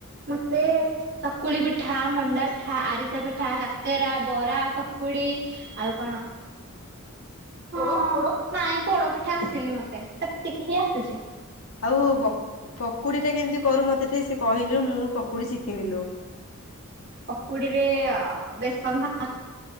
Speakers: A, on the right (about 50°); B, on the left (about 75°).
A: ମତେ ଚକୁଳି ପିଠା, ମଣ୍ଡା ପିଠା, ଆରିସା ପିଠା, କାକେରା, ବରା, ପକୁଡି ଆଉ କଣ ହଁ ନାଇଁ, ପୋଡ ପିଠା ଆସିନି ମତେ ସେତିକି ହିଁ ଆସିଚି।
B: ଆଉ ପ ପକୁଡି ଟା କେମ୍ତି କରୁ ମତେ ଟିକେ କହିଲୁ, ମୁଁ ପକୁଡି ଶିକିନି ଲୋ।
A: ପକୁଡିରେ ଆ ବେସନ୍ ଭା